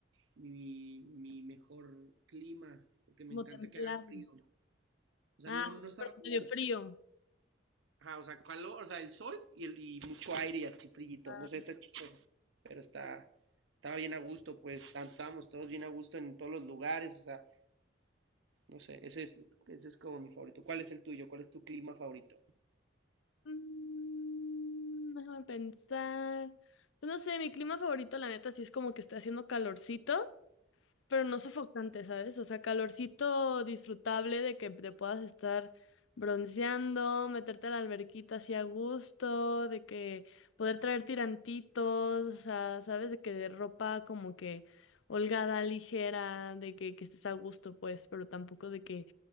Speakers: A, on the right; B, on the left.
A: mi, mi mejor clima, porque me
B: Como
A: encanta
B: templado.
A: que haga frío. O sea,
B: Ah,
A: no, no está
B: pero
A: nublado.
B: medio frío.
A: Ajá, o sea, calor, o sea, el sol y, el, y mucho aire y así frillito,
B: Ah.
A: no sé, está chistoso, pero está, estaba bien a gusto, pues, estábamos todos bien a gusto en todos los lugares, o sea, No sé, ese es, ese es como mi favorito. ¿Cuál es el tuyo? ¿Cuál es tu clima favorito?
B: Mm, déjame pensar. Pues no sé, mi clima favorito, la neta, sí es como que está haciendo calorcito. Pero no sofocante, ¿sabes? O sea, calorcito disfrutable de que te puedas estar bronceando, meterte a la alberquita así a gusto, de que poder traer tirantitos, o sea, ¿sabes? De que de ropa como que holgada, ligera, de que, que estés a gusto, pues, pero tampoco de que,